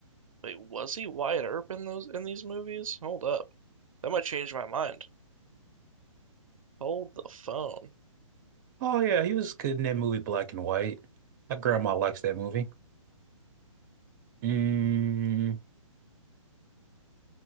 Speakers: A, on the right (about 80°); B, on the right (about 35°).
A: wait, was he Wyatt Earp in those in these movies? Hold up, that might change my mind. Hold the phone.
B: oh, yeah, he was good in that movie Black and White. My grandma likes that movie. Mm,